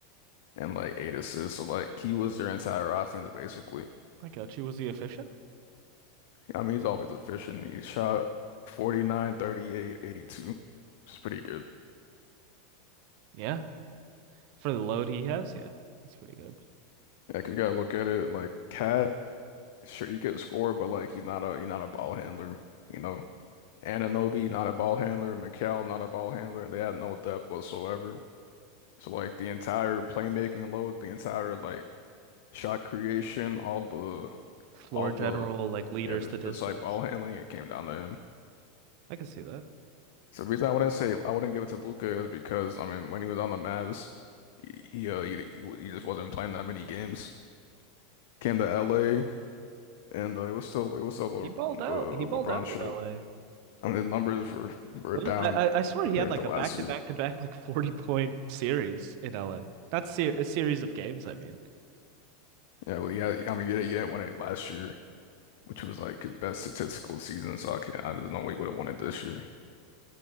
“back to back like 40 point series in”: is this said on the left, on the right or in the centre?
Right